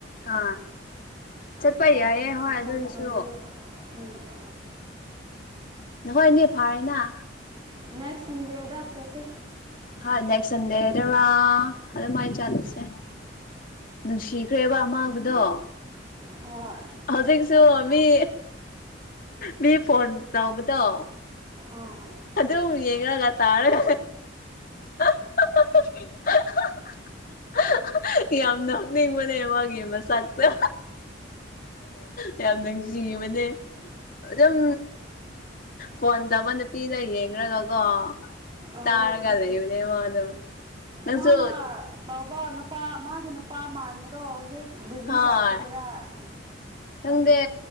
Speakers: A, on the left; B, on the right.
A: ꯑ ꯆꯠꯄ ꯌꯥꯏꯑꯦ ꯍꯣꯏ
B: ꯍꯛꯆꯥꯡ
A: ꯑꯗꯨꯁꯨ
B: ꯐꯔꯗꯤ ꯎꯝ
A: ꯅꯣꯏꯅꯦ ꯐꯥꯔꯦꯅ
B: ꯅꯦꯛꯁ ꯁꯟꯗꯦꯗ ꯆꯠꯁꯦ
A: ꯇꯁꯟꯗꯦꯗꯔꯥ ꯑꯗꯨꯃꯥꯏꯅ ꯆꯠꯂꯁꯦ ꯅꯨꯡꯁꯤꯈ꯭ꯔꯦꯕ ꯑꯃꯥꯡꯕꯗꯣ
B: ꯍꯣꯏ
A: ꯍꯧꯖꯤꯛꯁꯨ ꯃꯤ ꯃꯤ ꯐꯣꯟ ꯂꯧꯕꯗꯣ
B: ꯑꯥ
A: ꯑꯗ ꯌꯦꯡꯒ ꯇꯥꯒ <inaudible> <unintelligible> ꯌꯥꯝ ꯅꯅꯤ ꯃꯅꯦ ꯃꯥꯒꯤꯦ ꯃꯁꯥꯛꯇ ꯌꯥꯝ ꯅꯨꯡꯁꯤꯤꯕꯅꯦ ꯑꯗꯨꯝ ꯟꯕꯟ ꯅꯨꯄꯤꯅ ꯌꯦꯡꯒꯀꯣ
B: ꯑꯥ
A: ꯇꯥꯔꯒ ꯂꯩꯕꯅꯦ ꯃꯥꯗꯣ ꯅꯪꯁꯨ
B: ꯃꯥꯅ ꯕꯥ ꯅꯨꯄꯥ ꯃꯥꯒꯤ ꯅꯨꯄꯥ ꯃꯥꯟꯕꯗꯣ ꯍꯧꯖꯤꯛ ꯕꯤꯖꯤ
A: ꯍꯣꯏ
B: ꯇꯧꯕꯒꯤꯦꯔ
A: ꯈꯪꯗꯦ